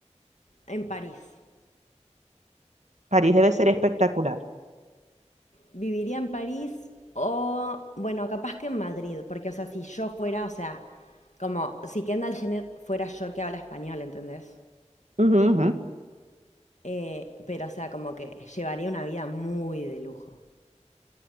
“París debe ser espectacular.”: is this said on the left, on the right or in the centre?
Right